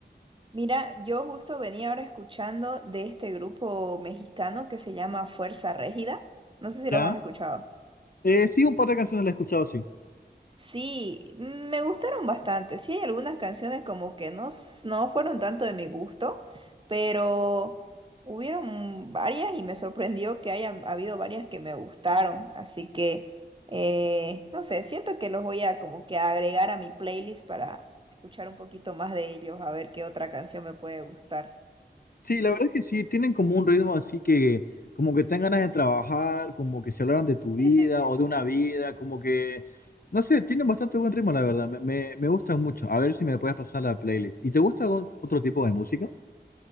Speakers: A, on the right; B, on the left.
A: Mira, yo justo venía ahora escuchando de este grupo mexicano que se llama Fuerza Régida. No sé si
B: ¿Ya?
A: los has escuchado.
B: Eh, sí, un par de canciones las he escuchado, sí.
A: Sí, mm, me gustaron bastante. Sí, hay algunas canciones como que no, s- no fueron tanto de mi gusto, pero hubieron varias y me sorprendió que hayan habido varias que me gustaron. Así que, eh, no sé, siento que los voy a como que agregar a mi playlist para escuchar un poquito más de ellos, a ver qué otra canción me puede gustar.
B: Sí, la verdad es que sí, tienen como un ritmo así que, como que tengan ganas de trabajar, como que se hablaron de tu vida
A: <laughs>
B: o de una vida, como que, no sé, tienen bastante buen ritmo, la verdad, me, me, me gusta mucho. A ver si me puedes pasar la playlist. ¿Y te gusta algún otro tipo de música?